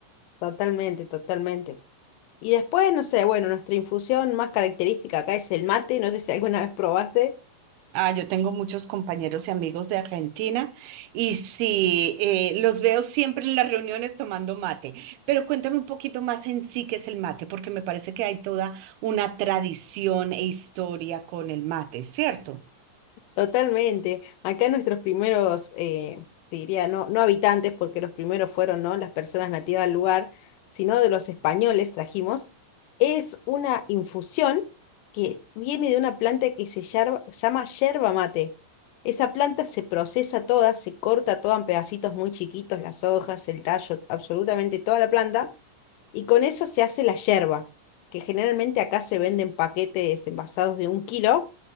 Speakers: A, on the left (about 80°); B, on the right (about 80°).
A: Totalmente, totalmente. Y después, no sé, bueno, nuestra infusión más característica acá es el mate, no sé si alguna vez probaste.
B: Ah, yo tengo muchos compañeros y amigos de Argentina y sí, eh, los veo siempre en las reuniones tomando mate. Pero cuéntame un poquito más en sí qué es el mate, porque me parece que hay toda una tradición e historia con el mate, ¿cierto?
A: Totalmente. Acá nuestros primeros, eh, te diría, no, no habitantes, porque los primeros fueron, ¿no? Las personas nativas del lugar, sino de los españoles trajimos, es una infusión que viene de una planta que se yerba- llama yerba mate. Esa planta se procesa toda, se corta toda en pedacitos muy chiquitos, las hojas, el tallo, absolutamente toda la planta. Y con eso se hace la yerba, que generalmente acá se venden paquetes envasados de un kilo.